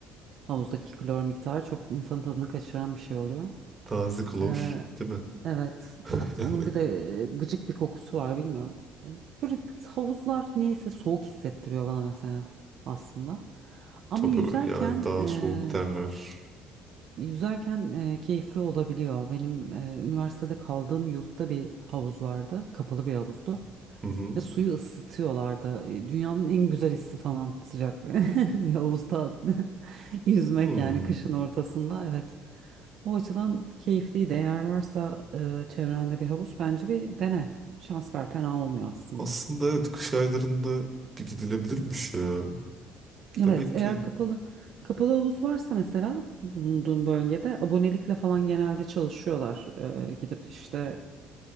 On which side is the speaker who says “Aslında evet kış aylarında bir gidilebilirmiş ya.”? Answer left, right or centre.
Right